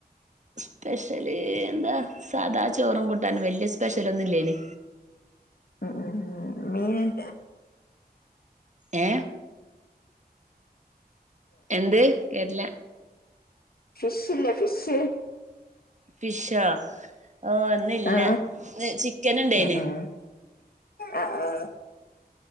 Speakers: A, on the right; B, on the left.
A: സ്പെഷ്യല് എന്താ സാധാ ചോറും കൂട്ടാനും വല്യ സ്പെഷ്യലൊന്നും ഇല്ലേനി
B: അ ആഹ് മീനില്ലേ
A: ഏ എന്ത് കേട്ടില്ല
B: ഫിഷ് ഇല്ലേ ഫിഷ്
A: ഫിഷോ ഓ ഒന്നില്ല
B: ആ
A: ഏഹ് ചിക്കൻ ഇണ്ടേന്
B: ഉം ഉം ആ ആ